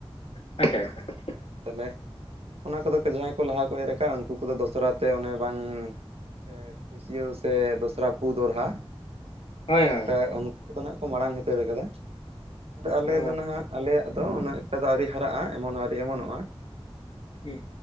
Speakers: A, on the left (about 80°); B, on the right (about 80°).
A: <unintelligible>
B: ᱦᱮᱸ ᱛᱟᱞᱮ ᱚᱱᱟ ᱠᱚᱫᱚ ᱠᱚ ᱡᱟᱦᱟᱸᱭ ᱠᱚ ᱞᱟᱦᱟ ᱠᱚ ᱮᱨ ᱠᱟᱜᱼᱟ ᱩᱱᱠᱩ ᱠᱚᱫᱚ ᱫᱚᱥᱨᱟ ᱛᱮ ᱚᱱᱮ ᱵᱟᱝ ᱥᱮ ᱠᱷᱩᱥᱭᱟᱹᱣ ᱥᱮ ᱫᱚᱥᱨᱟ ᱯᱩ ᱫᱚᱦᱲᱟ
A: ᱦᱳᱭ
B: ᱚᱱᱠᱟ
A: ᱦᱳᱭ
B: ᱩᱱᱠᱩ ᱫᱚ ᱱᱟᱜ ᱠᱚ ᱢᱟᱲᱟᱝ ᱦᱟᱹᱛᱟᱹᱨ ᱠᱟᱫᱟ ᱟᱨ ᱟᱞᱮ
A: ᱚ
B: ᱫᱚ ᱱᱟᱦᱟᱜ ᱟᱞᱮᱭᱟᱜ ᱫᱚ ᱩᱱᱟᱹ ᱮᱠᱴᱟ ᱫᱚ ᱟᱹᱣᱨᱤ ᱦᱟᱨᱟᱜᱼᱟ ᱮᱢᱚᱱ ᱦᱚᱸ ᱟᱹᱣᱨᱤ ᱮᱢᱚᱱᱚᱜᱼᱟ
A: ᱦᱩᱸ